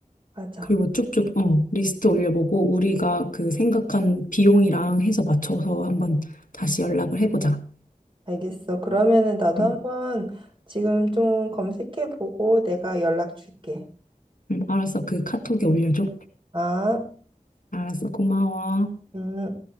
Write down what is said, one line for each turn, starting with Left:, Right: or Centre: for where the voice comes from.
Right: 맞아.
Left: 그리고 쭉쭉, 어, 리스트 올려보고, 우리가 그 생각한 비용이랑 해서 맞춰서 한번 다시 연락을 해보자.
Right: 알겠어. 그러면은 나도
Left: 응,
Right: 한번 지금 좀 검색해보고 내가 연락 줄게.
Left: 응, 알았어. 그 카톡에 올려줘.
Right: 아,
Left: 알았어. 고마워.
Right: 음.